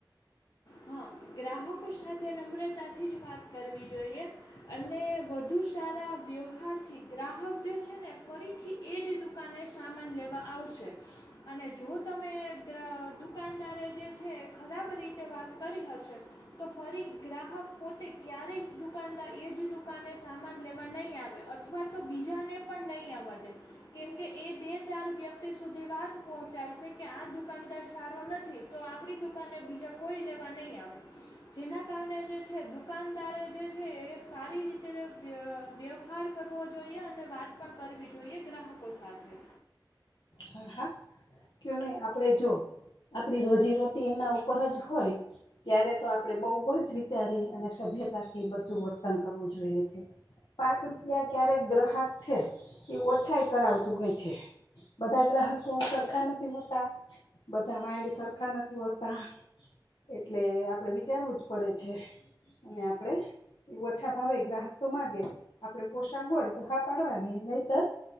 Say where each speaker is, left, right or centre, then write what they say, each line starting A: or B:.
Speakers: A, on the left (about 60°); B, on the left (about 75°).
A: હા ગ્રાહકો સાથે નમ્રતાથી જ વાત કરવી જોઈએ અને વધુ સારા વ્યવહારથી ગ્રાહક જે છે, ને ફરીથી એજ દુકાને સામાન લેવા આવશે. અને જો તમે દુકાનદારે જે છે, ખરાબ રીતે વાત કરી હતી છે તો ફરી ગ્રાહક પોતે ક્યારેય દુકાનદાર એ જ દુકાને સામાન લેવા નઇ આવે અથવા તો બીજાને પણ નહીં આવા દે કેમકે એ બે ચાર વ્યક્તિ સુધી પહોંચાડશે કે આ દુકાનદાર સારો નથી તો આપણી દુકાને બીજા કોઈ લેવા નહીં આવે‌ <unintelligible> <inaudible> જેના કારણે જે છે, દુકાનદારે જે છે, એ સારી રીતે અ વ્યવહાર કરવો જોઈએ અને વાત પણ કરવી જોઈએ ગ્રાહકો સાથે
B: હા હા કયુ નહી આપડે જો આપડી રોજીરોટી એના ઉપર જ હોય ત્યારે તો આપણે બઉુ જ વિચારી અને વ્યવહારથી બધું વર્તન કરવું જોઈએ છે. પાંચ રૂપિયા ક્યારેક ગ્રાહક છે, એ ઓછા એ કરાવતું હોય છે, બધા ગ્રા બાકો સરખા નથી હોતા, બધા માઇન્ડ સરખા નથી હોતા એટલે આપડે વિચારવું જ પડે છે. અને આપણે ઓછા ભાવે ગ્રાહક તો માંગે આપડે પોશાણ હોય તો હા પાડવાની નહિતર